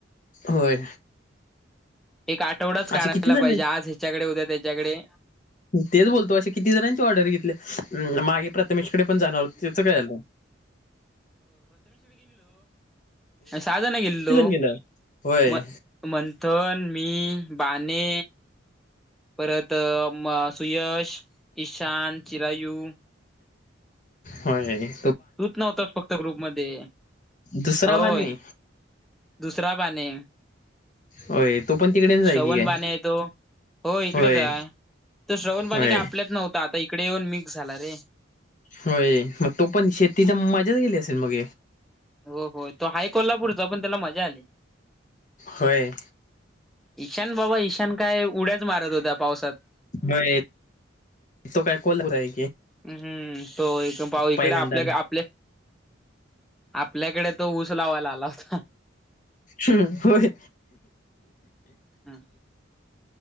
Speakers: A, on the left; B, in the centre.
A: होय
B: एक आठवडाच काढायला
A: असे किती जण
B: पाहिजे आज ह्याच्याकडे उद्या त्याच्याकडे
A: तेच बोलतो, असं किती जणांची ऑर्डर घेतली मागे प्र रमेशकडे पण जाणार होती त्याच काय आलं?
B: सहा जण गेलेलो
A: गेलं होय
B: म मंथन मी बाने, परत म सुयश ईशान, चिरायू
A: व्हय
B: तूच नव्हतास फक्त ग्रुप मध्ये,
A: दुसरा
B: होय
A: बाने
B: दुसरा बाने
A: होय तो पण तिकडेच जाय
B: श्रवण
A: की काय
B: बाने येतो हो इकडेच
A: होय
B: हाय. तो श्रवण
A: होय
B: बने का आपल्यात नव्हता, आता इकडे येऊन मिक्स झाला रे
A: होय, मग तू पण शेतीच्या मजाच गेली असेल मग
B: हो, हो, तो हाय कोल्हापूरचा, पण त्याला मजा आली.
A: व्हय
B: ईशान बाबा, ईशान काय उड्याच मारत होता पावसात
A: होय तो काय कोलत हाय
B: ह हम्म, तो इक पाव इकडे
A: पहिल्यांदा
B: आपल्या का आपल्या आपल्याकडे तो ऊस लावायला आला होता
A: हम्, होय
B: हम